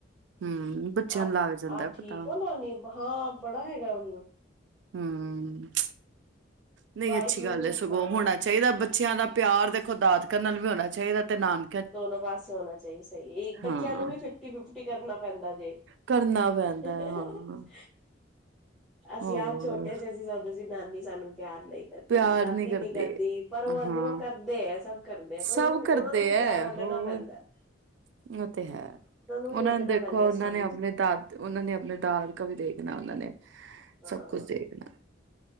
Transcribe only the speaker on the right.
ਹਮ ਬੱਚਿਆਂ
ਨੂੰ ਲੱਗ ਜਾਂਦਾ
ਪਤਾ
ਹੂੰ, ਨਹੀਂ
ਅੱਛੀ ਗੱਲ ਐ ਸਗੋਂ
ਹੁਣਾ ਚਾਹੀਦਾ ਬੱਚਿਆਂ ਦਾ ਪਿਆਰ ਦੇਖੋ ਦਾਦਕਿਆ ਨਾਲ ਵੀ ਹੋਣਾ ਚਾਹੀਦਾ ਤੇ ਨਾਨ
ਹਾਂ
ਕਰਨਾ ਪੈਂਦਾ
ਹਾਂ
ਹੋਰ
ਪਿਆਰ
ਨਹੀਂ ਕਰਦੇ
ਹਾਂ
ਸਭ
ਕਰਦੇ
ਹੈ
ਹੋਰ,
ਉਹ ਤੇ ਹੈ,
ਉਹਨਾਂ
ਨੂੰ ਦੇਖੋ
ਉਹਨਾਂ
ਨੇ
ਆਪਣੇ ਦਾ ਉਹਨਾਂ ਨੇ ਆਪਣੇ ਦਾਦਕਾ ਵੀ ਦੇਖਣਾ ਉਹਨਾਂ ਨੇ,
ਸਭ ਕੁਛ ਦੇਖਣਾ।